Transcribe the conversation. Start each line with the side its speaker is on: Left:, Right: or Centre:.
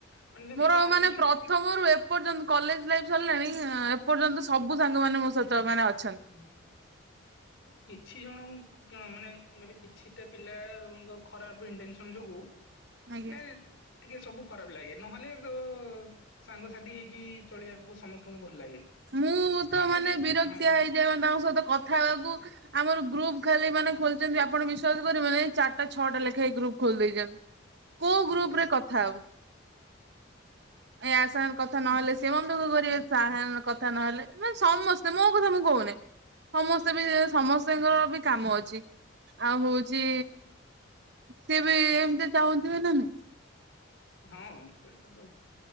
Left: ମାନେ ଯଦି
Right: ମୋର
Left: କାହାର
Right: ମାନେ
Left: କିଛି
Right: ପ୍ର
Left: ହୁଁ।
Right: ପ୍ରଥମରୁ ଏପର୍ଯ୍ୟନ୍ତ କଲେଜ ଲାଇଫ ସରିଲାଣି ଏପର୍ଯ୍ୟନ୍ତ ସବୁ ସାଙ୍ଗ ମାନ ମୋ ସହିତ ମାନେ ଅଛନ୍ତି।
Left: ହୁଁ କିଛି ଜଣଙ୍କୁ ମାନେ କହିଲି କିଛିଟା ପିଲାଙ୍କ ଖରାପ ଇଣ୍ଟେନସନ ଯୋଗୁ ମାନେ
Right: ଆଜ୍ଞା
Left: ଟିକେ ସବୁ ଖରାପ ଲାଗେ ନହେଲେ ତ ସାଙ୍ଗସାଥି ହେଇକି ଚଳିବାକୁ ସମସ୍ତଙ୍କୁ ଭଲ ଲାଗେ।
Right: ମୁଁ ତ
Left: ଆମେ
Right: ମାନେ
Left: ବି
Right: ବିରକ୍ତିଆ
Left: ହଁ
Right: ହେଇଯାଏ ତାଙ୍କ ସହିତ କଥା ହେବାକୁ ଆମର ଗ୍ରୁପ ଖାଲି ମାନେ ଖୋଲିଛନ୍ତି ଆପଣ ବିଶ୍ୱାସ କରିବେନି ମାନେ ଚାରିଟା ଛଅଟା ଲେଖା ହେଇ ଗ୍ରୁପ୍ ଖୋଲି ଦେଇଛନ୍ତି କୋଉ
Left: ହଁ
Right: ଗ୍ରୁପ ରେ କଥା ହବୁ
Left: ହୁଁ
Right: ଏାସ କଥା ନହେଲେ ସେ ମନ ଦୁଃଖ କରିବ ତା ସଙ୍ଗେ କଥା ନହେଲେ ମାନେ ସମସ୍ତେ ମୋ କଥା ମୁଁ କହୁନି ସମସ୍ତେ ବି ସମସ୍ତଙ୍କର ବି କାମ ଅଛି ଆଉ ହଉଛି ସିଏ ବି ଏମିତି ଚାହୁଥିବେ ନା ନାଇଁ
Left: ହଁ ସେଇଟା ତ